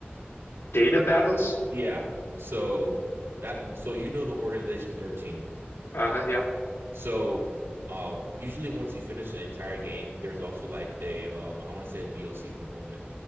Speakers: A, on the left; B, on the right.
A: Data battles?
B: Yeah. So that so you know the organization 13.
A: Uh-huh, yeah.
B: So, uh, usually once you finish the entire game, there's also like a um, I want to say a DLC component.